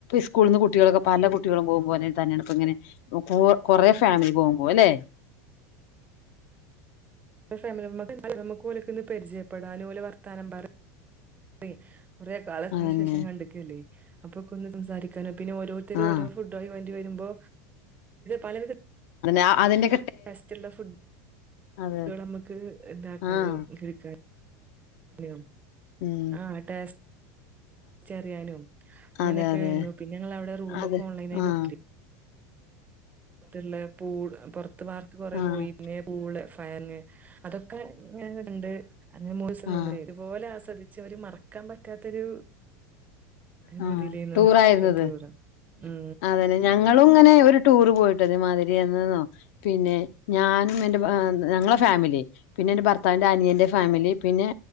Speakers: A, on the left; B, on the right.
A: സ്ൂുന്ന കുട്ടികൾക്കെ പല കുട്ടികളും പോകുമ പോോലെ തന്നാണ് ഇപ്പ ഇങ്ങനെ കുറേ ഫാമിലി പോകും പോല്ലെ
B: ഫാമിലിമുക്ക് പോലൊക്കെന്ന് പരിചയപ്പെടാ അനഓലെ വർത്താനം പറ അ കുറെേ കാലത്തിന്
A: അതന്നെ
B: ശേഷം കണ്ടിക്കല്ലേ അപ്പൊക്ക കൊ സംസാരിക്കാന പിന്നെ ഓോരുത്തരോ
A: ആഹ്
B: ഫുഡയി വമ്പോ പല
A: അ അതിന്റെ
B: ബസ്റ്റുള്ള ഫുഡ്
A: അതെ
B: നമുക്ക് ഇതാക്കാനും
A: ആഹ്
B: കേക്കാനും
A: ഉം
B: അോ ആഹ് ടസ്റ്റ് തിച്ചറിയാനും അങ്ങനെയൊക്കെ
A: അതെ അതെ
B: ആരുന്നു പിന്നെ ഞങ്ങവിടെ റൂമ
A: അതെ
B: ഒക്കെ ഓൺലൈന ആായി
A: ആഹ്
B: ബുക്ക് ചെയ്യ ഇല്ലെ പൂൾ പുറത്ത്ു പാർക്ക് കൊറെ
A: ആഹ്
B: പോയിന്നെ പൂള് ഫയങ്ങ് അതൊക്കെ ഉണ്ട് അഞ്ു മൂ ദിവം തന്ന
A: ആഹ്
B: ഇപോലെ ആസ്വദ അവര് മറക്കാൻ പറ്റാത്തൊരു അനുഭൂതിയിലായിരുന്നു
A: ആ ടൂറ ആായിരുന്നത്
B: ഈ ടൂറ് ഉം
A: അതെ ഞ ഞങ്ങളും ഇങ്ങനെ ഒരു ടൂർ പോയിട്ടത് മാതിരിയന്നോ പിന്നെ ഞാനും എന്റെ ഞങ്ങളെ ഫാമിലി പിന്നെ എന്റെ ഭർത്താവിന്റെ അനിയന്റെ ഫാമിലി പിന്നെ